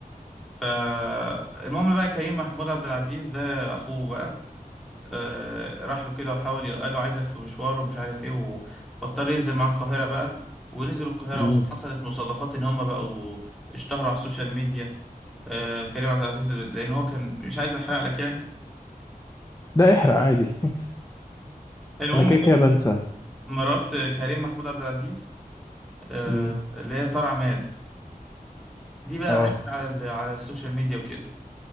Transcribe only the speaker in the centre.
فالمهم بقى كريم محمود عبد العزيز ده اخوه بقى آه راح له كده وحاول ي- قال له عايزك في مشوار ومش عارف ايه و... فاضطر ينزل مع القاهره بقى ونزلوا القاهره
وحصلت مصادفات ان هم بقوا اشتهروا على السوشيال ميديا آه كريم عبد العزيز لان هو كان مش عايز احرق لك يعني
المهم
مرات كريم محمود عبد العزيز آه،
اللي هي طار عماد دي بقى
عايشه على ال- على السوشيال ميديا وكده